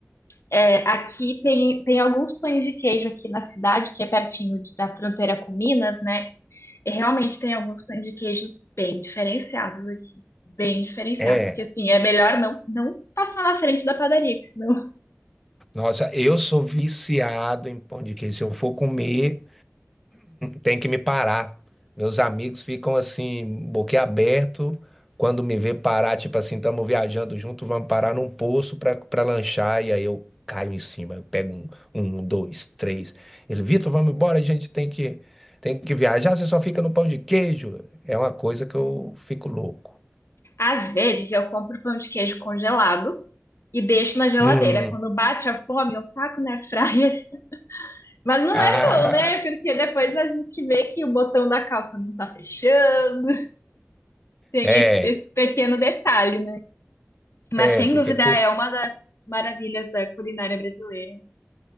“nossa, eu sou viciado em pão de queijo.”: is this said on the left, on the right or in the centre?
Centre